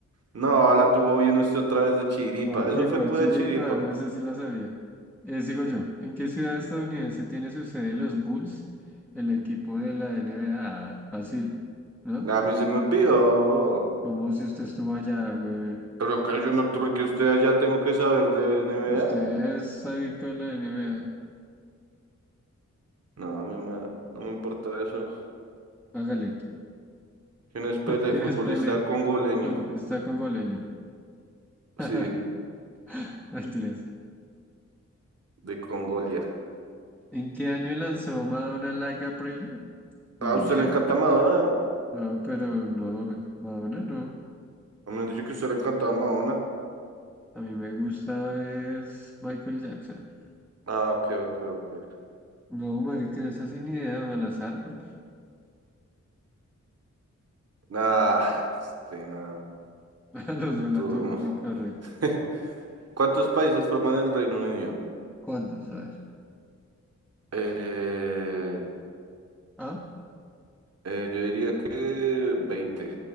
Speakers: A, on the right (about 55°); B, in the centre.
A: No, la tuvo bien usted otra vez de chiripa.
B: Papi,
A: Eso fue
B: ¿cuál
A: pura
B: chiripa?
A: chiripa.
B: No, esa sí la sabía. Eh, sigo yo. ¿En qué ciudad estadounidense tiene su sede los Bulls, el equipo de la NBA? Ah, fácil, ¿no?
A: A mí se me olvidó.
B: Como si usted estuvo allá, güey.
A: Pero que yo no, porque usted allá tengo que saber de NBA.
B: Usted es adicto a la NBA.
A: No, a mí me- no me importa eso.
B: Hágale.
A: ¿Quién es Pele,
B: ¿Quién
A: futbolista
B: es Pelé?
A: congoleño?
B: Futbolista congoleño. <laughs>
A: Sí,
B: Mentiras.
A: de Congolia.
B: ¿En qué año lanzó Madonna Like a Prayer? Ni
A: Ah, A
B: idea,
A: usted le encanta
B: güey.
A: Madonna, ¿no?
B: No, pero no, Madonna no.
A: A mí me han dicho que a usted le encantaba Madonna.
B: A mí me gusta es Michael Jackson.
A: Ah, ok, ok, ok.
B: No, marica, esa sin idea, o al azar, porque
A: Ah, este man.
B: <laughs> a los
A: No
B: dos
A: tuvo-
B: la tuvimos incorrecta.
A: <laughs> ¿Cuántos países forman el Reino Unido?
B: ¿Cuántas? A ver.
A: Eh,
B: Ah,
A: eh, yo diría que 20.